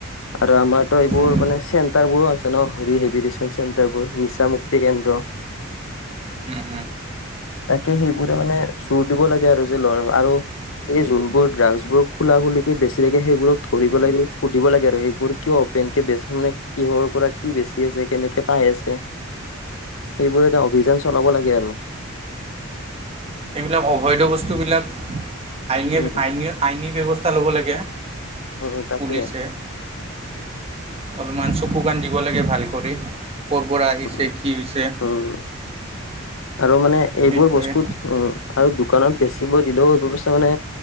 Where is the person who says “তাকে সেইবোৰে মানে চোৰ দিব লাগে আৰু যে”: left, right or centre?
Left